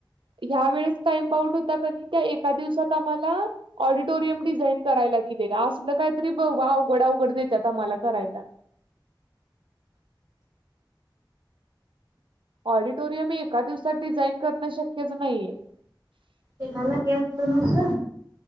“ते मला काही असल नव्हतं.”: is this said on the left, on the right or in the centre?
Right